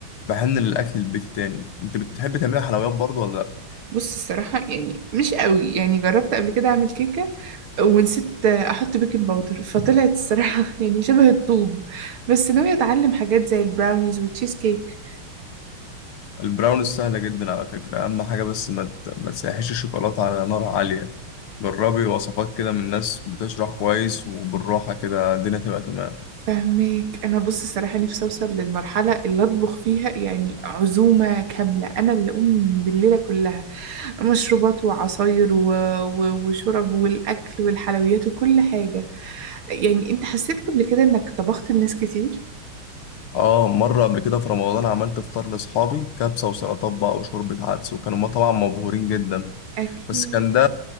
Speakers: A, on the left; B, on the right.
A: بحن للأكل البيتي تاني أنت بتحب تعملي حلويات برضو ولا لأ؟
B: بص الصراحه يعني مش قوي يعني جربت قبل كده اعمل كيكه ونسيت احط بيكنج باودر فطلعت الصراحه <laughs> يعني شبه الطوب بس ناويه اتعلم حاجات زي البراونيز والتشيز كيك
A: البراونيز سهلة جدا على فكرة أهم حاجة بس ما ت- ما تسيحش الشوكولاتة على نار عالية جربي وصفات كده من ناس بتشرح كويس وبالراحة كده الدنيا تبقى تمام
B: فهماك انا بص الصراحه نفسي اوصل للمرحله اللي اطبخ فيها يعني عزومه كامله انا اللي اقوم بالليله كلها مشروبات وعصاير و... و... وشرب والاكل والحلويات وكل حاجه يعني انت حسيت قبل كده انك طبخت لناس كتير
A: اه مرة قبل كده في رمضان عملت فطار لأصحابي كبسة وسلطات بقى وشوربة عدس وكانوا ما طبعا مبهورين جدا
B: اكيد
A: بس كان ده